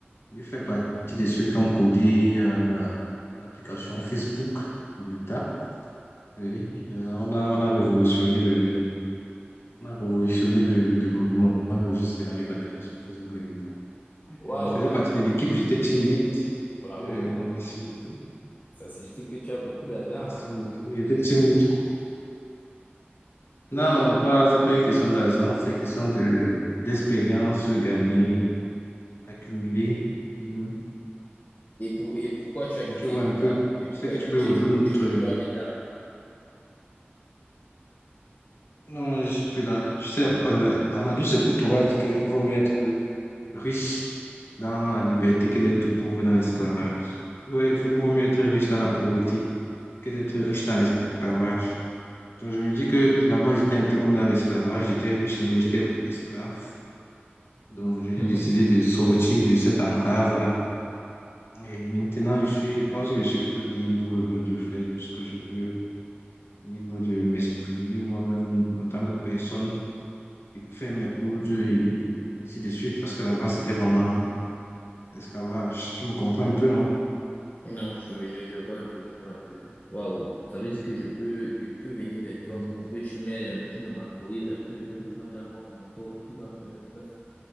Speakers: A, on the left; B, on the left.
A: je fais partie de ceux qui ont codé euh, l'application Facebook de Meta. Oui, euh, on a, on a révolutionné le, on a révolutionné le, le développement logiciel avec l'application Facebook Limit. là.
B: Waouh,
A: Donc, je faisais
B: waouh.
A: partie de l'équipe, j'étais team lead.
B: Bravo,
A: Euh,
B: bravo.
A: merci beaucoup.
B: Ça signifie que tu as beaucoup d'argent.
A: Merci beaucoup. Oui, J'étais team lead. Non,
B: Et,
A: non, pas, c'est pas une question d'argent, c'est une question de, d'expérience gagnée, accumulée. Mhm.
B: Et, pour, et pourquoi tu as
A: Donc,
B: quitté
A: tu vois
B: Meta?
A: un peu.
B: Et pourquoi
A: Je sais que
B: tu
A: tu
B: as,
A: peux
B: tu
A: rejoindre.
B: es, tou- ou tu es
A: notre-
B: toujours à Meta?
A: Non, non, je suis plus là. Tu sais, euh, Amadou Sepoutoura dit qu'il vaut mieux être euh, riche dans la liberté que d'être pauvre dans l'esclavage. Il vaut, il faut- il vaut mieux être riche dans la pauvreté que d'être riche dans l'esclavage. Donc, je me dis que là-bas, j'étais un peu comme dans l'esclavage. J'étais riche, mais j'étais esclave. Donc, j'ai
B: Hmm.
A: décidé de sortir de cette enclave-là. Et maintenant, je suis, je pense que je suis plutôt libre de faire tout ce que je veux, libre de m'exprimer moi-même en tant que personne, et faire mes cours et ainsi de suite, parce que là-bas, c'était vraiment esclavage. Tu me comprends un peu, non?
B: Non, je, te- je, je vois un peu, je vois un peu. Waouh, ça veut dire que je peux, je peux venir vers toi
A: Ouais.
B: pour que tu m'aides, un- tu me mentorises un peu. J'ai besoin d'un bon mentor qui va me, me-